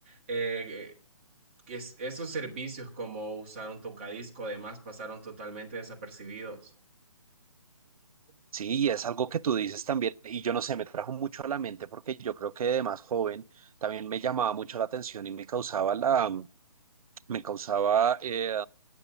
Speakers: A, on the right (about 20°); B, on the right (about 70°).
A: eh, que es- esos servicios como usar un tocadisco, además, pasaron totalmente desapercibidos?
B: Sí, y es algo que tú dices también, y yo no sé, me trajo mucho a la mente porque yo creo que de más joven también me llamaba mucho la atención y me causaba la, me causaba, eh,